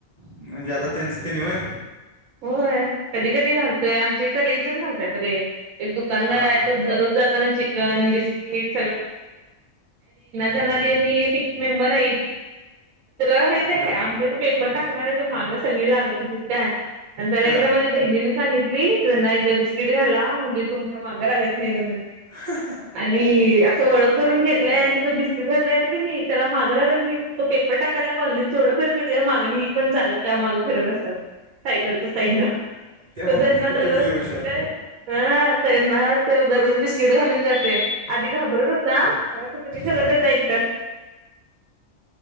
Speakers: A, on the right; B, on the right.
A: म्हणजे आता त्यांच तेनी होय.
B: होय कधी कधी घालतोय आमचे इथ लेईजण घालत्यात रे. एक दुकानदार
A: हां
B: आहे
A: हां
B: तो दररोज जाताना चिकन, बिस्किट. जाणारी आणि फिक्स मेंबर आहेत. तुला माहितय
A: बरं
B: काय आमच्या इथ पेपर टाकणाऱ्याच्या मागं सगळी लाग आणि त्याला
A: हां
B: एकदा माझ्या बहिणीने सांगितली त्यांना एकदा बिस्किट घाला म्हणजे तुमच्या मागं लागत नाही म्हणून.
A: ह.
B: आणि असं ओळख करून घेतलंय आणि तो बिस्किट घातला का नाही त्याला माग लागत नाही तो पेपर. टाकायला कॉलणीत जेवढं फिरतय त्याच्या मागन ही पण चालत त्या मागं फिरत असत्यात बग सायकल. साईडन
A: त्या
B: तो
A: बाबतीत
B: त्यांना
A: कुत्री
B: दररोज
A: लय हुशार
B: ह. त्याना तो दररोज बिस्किट घालून जातोय. आधी घाबरत होता आता कुत्री सगळं
A: हां
B: त्याच ऐकत्यात.